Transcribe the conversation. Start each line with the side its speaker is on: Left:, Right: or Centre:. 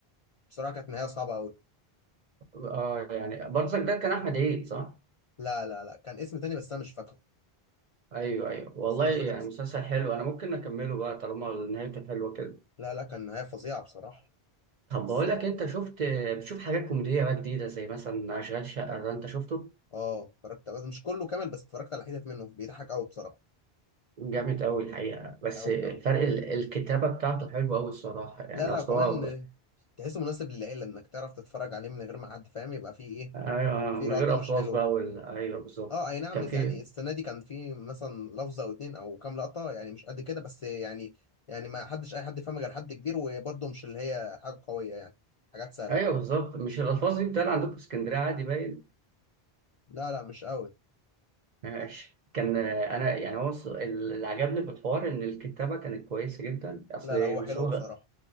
Left: بصراحه كانت نهايه صعبه قوي
Right: اه يعني برضك ده كان احمد عيد صح
Left: لا لا لا كان اسم تاني بس انا مش فاكره
Right: ايوه ايوه والله
Left: بس انا مش
Right: يعني
Left: فاكر اسمه
Right: مسلسل حلو انا ممكن اكمله بقى طالما نهايته حلوه كده
Left: لا لا كان نهايه فظيعه بصراحه
Right: طب
Left: بس
Right: بقول لك انت شفت بتشوف حاجات كوميديه بقى جديده زي مثلا اشغال شقه ده انت شفته
Left: اه اتفرجت بس مش كله كامل بس اتفرجت على حتت منه بيضحك قوي بصراحه
Right: جامد قوي الحقيقه بس
Left: قوي قوي
Right: فرق ال- الكتابه بتاعته حلوه قوي الصراحه يعني
Left: لا لا
Right: اصلا
Left: وكمان آه، تحسه مناسب للعيله انك تعرف تتفرج عليه من غير ما حد فاهم يبقى فيه ايه
Right: ايوه من
Left: فيه لقطه
Right: غير
Left: مش
Right: الفاظ
Left: حلوه
Right: بقى وال... ايوه بالظبط
Left: اه اي نعم
Right: كان
Left: يعني
Right: في
Left: السنه دي كان فيه مثلا لفظه او اتنين او كام لقطه يعني مش قد كده بس يعني يعني ما حدش اي حد فاهم غير حد كبير وبرضه مش اللي هي حاجه قويه يعني حاجات سهله
Right: ايوه بالظبط مش الالفاظ دي بتتقال عندكم في اسكندريه عادي باين
Left: لا لا مش قوي
Right: ماشي كان آه، انا يعني هو الص- اللي عجبني في الحوار ان الكتابه كانت كويسه جدا اصل
Left: لا لا هو حلو
Right: مصطفى غ-
Left: بصراحه